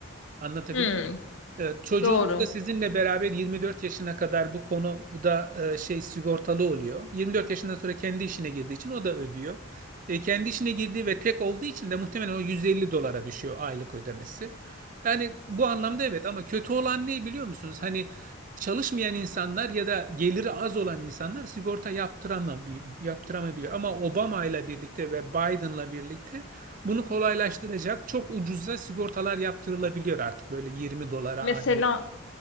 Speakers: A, on the right (about 40°); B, on the left (about 65°).
A: Anlatabiliyor
B: Hı,
A: Evet, çocuğunuz
B: doğru.
A: da sizinle beraber 24 yaşına kadar bu konuda e, şey sigortalı oluyor. 24 yaşından sonra kendi işine girdiği için o da ödüyor. E, kendi işine girdiği ve tek olduğu için de muhtemelen o 150 dolara düşüyor aylık ödemesi. Yani bu anlamda evet ama kötü olan ne biliyor musunuz? Hani çalışmayan insanlar ya da geliri az olan insanlar sigorta yaptıramam yaptıramabiliyor. Ama Obama ile birlikte ve Biden'la birlikte bunu kolaylaştıracak çok ucuza sigortalar yaptırılabiliyor artık böyle 20 dolara
B: Mesela
A: aylık.